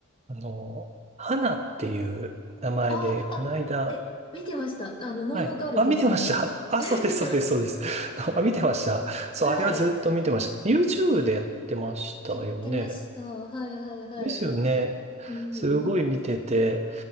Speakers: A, on the right (about 30°); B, on the left (about 25°).
A: あの、花っていう名前で、
B: ああ、
A: この間、
B: あ、え、見てました。あの、ノーノーガールズですよね。
A: はい。あ、見てました。あ、
B: <laughs>
A: そうです、
B: 見てました。
A: そうです、そうです。<laughs> あ、見てました。そう、
B: はい。
A: あれはずっと見てました。YouTube でやってましたよね。
B: やってました。はい、はい、はい。
A: ですよね。
B: うん、うん、
A: すごい見てて。
B: うん。